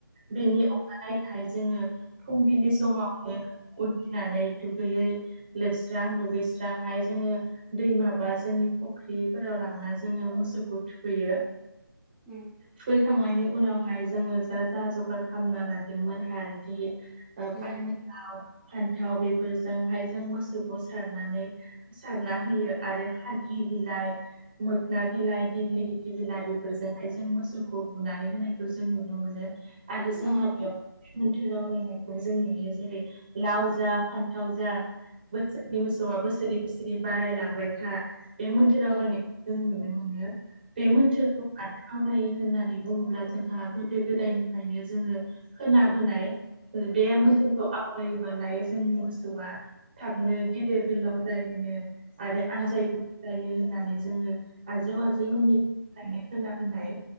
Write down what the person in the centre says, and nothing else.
उम।
उम
औ
औ
उम
औ